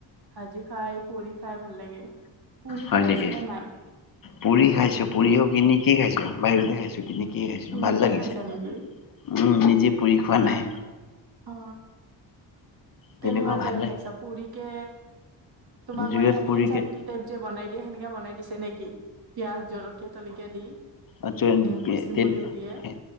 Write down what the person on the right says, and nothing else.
ভাজি খাই পুৰি খাই ভাল লাগে পুৰি
খাই পাইছা
নে নাই?
উম,
কিনিকে
খাইছা নেকি?
অ',
অ
কেনেকুৱা
টাইপ
খাইছা পুৰিকে তোমাক
মানে সেনেকে
চাটনি টাইপ যে বনাই দিয়ে সেনেকে বনাই দিছে নেকি পিয়াজ জলকীয়া তলকীয়া দি
নেম্বু
চেম্বু
যে দিয়ে